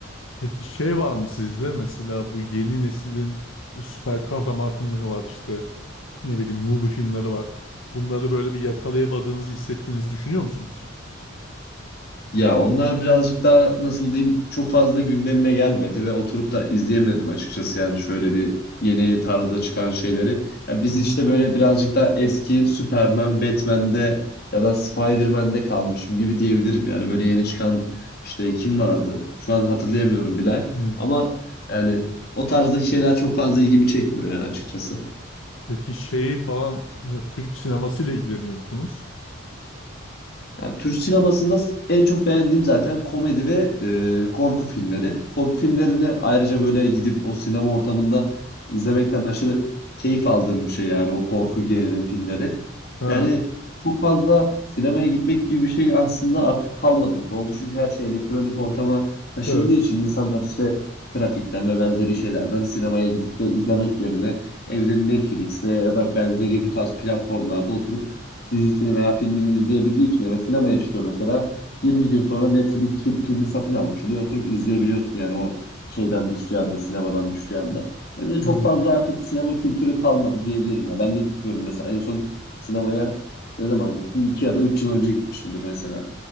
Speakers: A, on the left (about 80°); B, on the left (about 50°).
A: Peki şey var mı sizde? Mesela bu yeni neslin süper kahraman filmleri var işte. Ne bileyim movie filmleri var. Bunları böyle bir yakalayamadığınızı hissettiğinizi düşünüyor musunuz?
B: Ya onlar birazcık daha nasıl diyeyim çok fazla gündemime gelmedi ve oturup da izleyemedim açıkçası yani şöyle bir yeni tarzda çıkan şeyleri. Ya biz
A: Hı hı.
B: işte böyle birazcık daha eski Superman, Batman'de ya da Spider-Man'de kalmışım gibi diyebilirim. Yani böyle yeni çıkan işte kim vardı? Şu an hatırlayamıyorum bile.
A: hı.
B: Ama yani o tarzdaki şeyler çok fazla ilgimi çekmiyor yani açıkçası.
A: Peki şey falan e, Türk sinemasıyla ilgileniyor musunuz?
B: Yani Türk sinemasında en çok beğendiğim zaten komedi ve e, korku filmleri. Korku filmlerini ayrıca böyle gidip o sinema ortamında izlemekten aşırı keyif aldığım bir şey yani o korku gerilim filmleri.
A: He.
B: Yani çok fazla sinemaya gitmek gibi bir şey aslında artık kalmadı gibi oldu. Çünkü her şey elektronik ortama taşındığı
A: Evet.
B: için insanlar işte trafikten ve benzeri şeylerden sinemaya gidip de izlemek yerine evde Netflix'te ya da benzeri bu tarz platformlarda oturup dizisini veya filmini izleyebildiği için ya da sinemaya çıkıyor mesela 20 gün sonra Netflix fil- filmi satın almış oluyor. Oturup izleyebiliyorsun yani o şeyden düştüğü anda, sinemadan düştüğü anda. O yüzden çok
A: Hmm,
B: fazla artık sinema kültürü kalmadı diyebilirim ya. Ben de gitmiyorum mesela. En son sinemaya ne zaman gittim? 2 ya da 3 yıl önce gitmişimdir mesela.